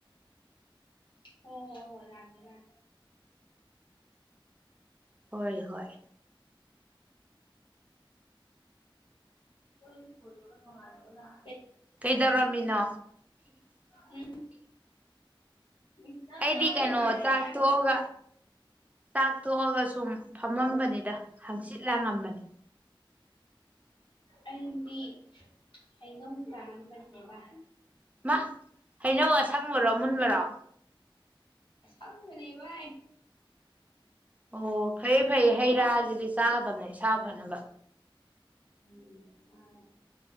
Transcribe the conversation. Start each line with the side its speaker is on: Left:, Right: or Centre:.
Left: ꯍ ꯍꯣ ꯍꯣ ꯂꯦ ꯂꯦ
Right: ꯍꯣꯏ ꯍꯣꯏ
Left: ꯀꯣꯏ ꯐ ꯉꯥꯏꯒ ꯂꯥꯛ
Right: ꯀꯩꯗꯧꯔꯝꯃꯤꯅꯣ
Left: ꯎꯝ ꯎꯝ ꯂꯣꯏꯁꯜꯂꯦ
Right: ꯑꯩꯗꯤ ꯀꯩꯅꯣ ꯆꯥꯛꯊꯣꯛꯑꯒ ꯆꯥꯛꯊꯣꯛꯑꯒ ꯁꯨꯝ ꯐꯝꯃꯝꯕꯅꯤ ꯗ ꯍꯪꯆꯤꯠ ꯂꯥꯡꯉꯝꯕꯅꯤ
Left: ꯑꯩꯗꯤ ꯍꯩꯅꯧ ꯆꯥꯔꯝꯕꯅꯦꯕ
Right: ꯃꯥ ꯍꯩꯅꯧ ꯑꯁ ꯁꯪꯕꯔꯣ ꯃꯨꯟꯕꯔꯣ
Left: ꯑꯁꯝꯕꯦꯚꯥꯏ
Right: ꯑꯣ ꯐꯩꯌꯦ ꯐꯩꯌꯦ ꯍꯩ ꯔꯥ ꯖꯤꯗꯤ ꯆꯥꯒꯗꯕꯅꯤ ꯏꯁꯥ ꯐꯅꯕ
Left: ꯎꯝ ꯃꯥꯅꯦ